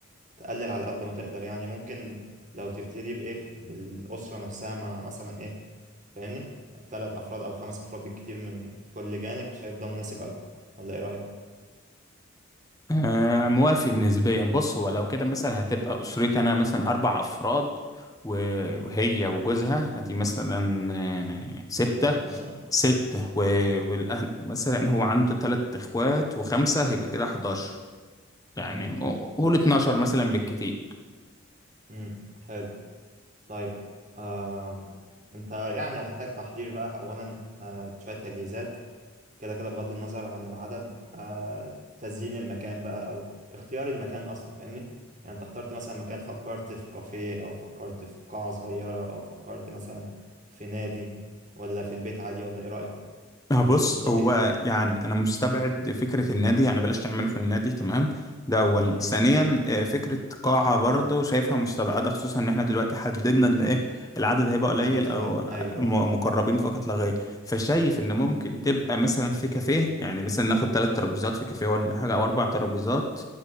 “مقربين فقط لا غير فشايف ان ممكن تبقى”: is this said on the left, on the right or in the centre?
Left